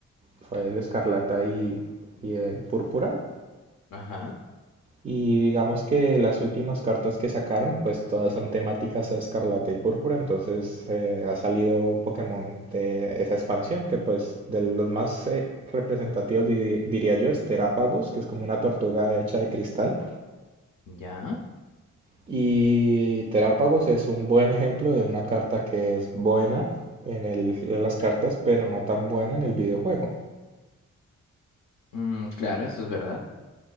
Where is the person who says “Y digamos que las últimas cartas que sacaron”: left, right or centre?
Right